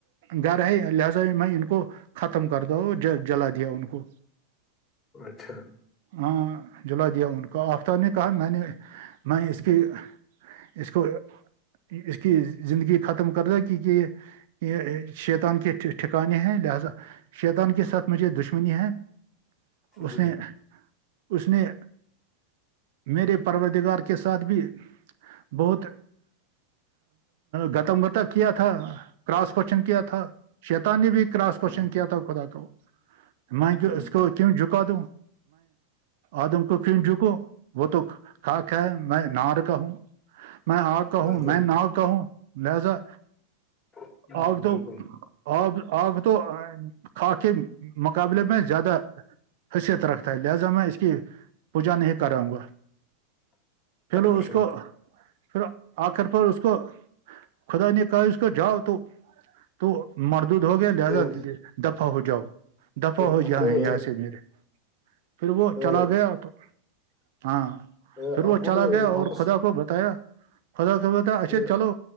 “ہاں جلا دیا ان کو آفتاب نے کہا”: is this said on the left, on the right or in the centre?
Right